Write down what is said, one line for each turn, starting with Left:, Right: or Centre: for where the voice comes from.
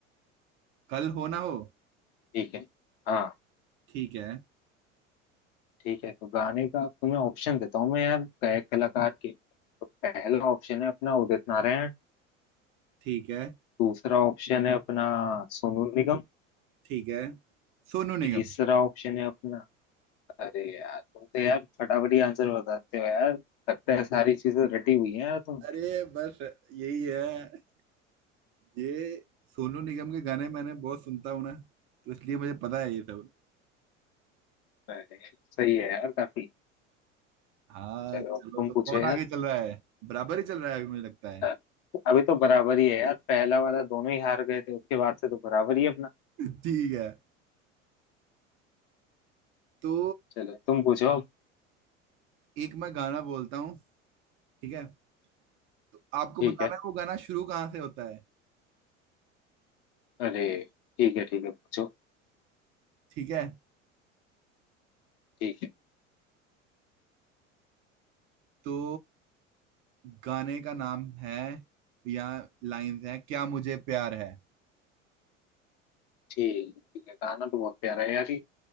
Right: कल हो ना हो
Left: ठीक है हाँ
Right: ठीक है
Left: ठीक है तो गाने का तुम्हें ऑप्शन देता हूँ मैं यार गायक कलाकार के तो पहला ऑप्शन है अपना उदित नारायण
Right: ठीक है
Left: दूसरा ऑप्शन है अपना सोनू निगम
Right: ठीक है सोनू
Left: तीसरा
Right: निगम
Left: ऑप्शन है अपना अरे यार तुम तो यार फटाफट ही आंसर बताते हो यार लगता है सारी चीजें रटी हुई है यार तुम
Right: अरे बस यही है ये सोनू निगम के गाने मैंने बहुत सुनता हूँ ना तो इसलिए मुझे पता है ये सब
Left: अरे, सही है यार काफी
Right: हाँ
Left: चलो
Right: चलो
Left: अब तुम
Right: तो कौन
Left: पूछो यार
Right: आगे चल रहा है बराबर ही चल रहा है अभी मुझे लगता है
Left: अ,
Right: <laughs>
Left: अभी तो बराबर ही है यार पहला वाला दोनों ही हार गए थे उसके बाद से तो बराबर ही है अपना
Right: ठीक है तो
Left: चलो तुम पूछो अब
Right: एक मैं गाना बोलता हूँ ठीक है तो आपको
Left: ठीक
Right: बताना
Left: है
Right: है वो गाना शुरू कहाँ से होता है
Left: अरे ठीक है ठीक है पूछो
Right: ठीक है
Left: ठीक है
Right: तो गाने का नाम है या लाइंस है क्या मुझे प्यार है
Left: ठीक ठीक है गाना तो बहुत प्यारा है यार ये